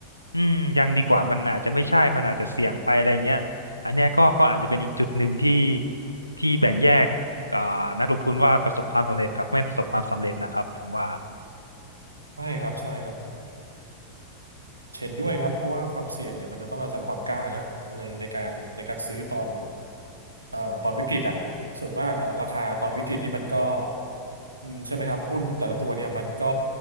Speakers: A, on the left (about 90°); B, on the right (about 80°).
A: อืมยังดีกว่ามันอาจจะไม่ใช่มันอาจจะเสี่ยงไปอะไรเงี้ยอันเนี้ยก็ก็อาจจะเป็นอีกจุดหนึ่งที่ที่แบ่งแยกอ่านักลงทุนว่าประสบความสำเร็จกับไม่ประสบความสำเร็จนะครับผมว่า
B: ใช่ครับ ใช่ครับ เห็นด้วยครับเพราะว่าความเสี่ยงเนี่ยมันจะต้องอาศัยความกล้านะในในการในการซื้อตอนเอ่อตอนวิกฤตอ่ะส่วนมากอ่ะราคาตอนวิกฤตนี่มันก็อืมใช่ไหมครับหุ้นแต่ละตัวเนี่ยมันก็